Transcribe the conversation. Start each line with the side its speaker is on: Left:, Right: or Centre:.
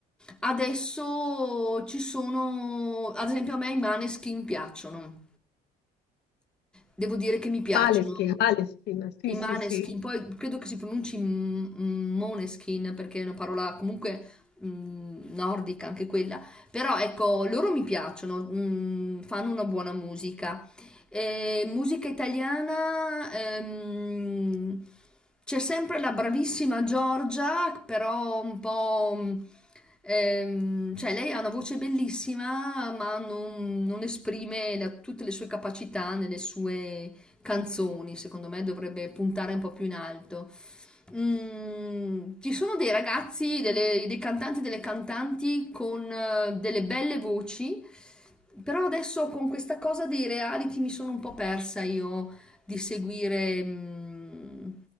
Centre: adesso ci sono, ad esempio a me i Maneskin piacciono. Devo dire che mi piacciono.
Left: Måneskin, Måneskin. Sì,
Centre: I
Left: sì,
Centre: Maneskin,
Left: sì.
Centre: poi credo che si pronunci m- m- Moneskin perché è una parola comunque mm, nordica anche quella, però ecco, loro mi piacciono, mm, fanno una buona musica. E musica italiana, ehm, c'è sempre la bravissima Giorgia, però un po'... mm, ehm, cioè lei ha una voce bellissima, ma non, non esprime la- tutte le sue capacità nelle sue canzoni, secondo me dovrebbe puntare un po' più in alto. Mm, ci sono dei ragazzi, delle- dei cantanti, delle cantanti con eh, delle belle voci, però adesso con questa cosa dei reality mi sono un po' persa io di seguire mm,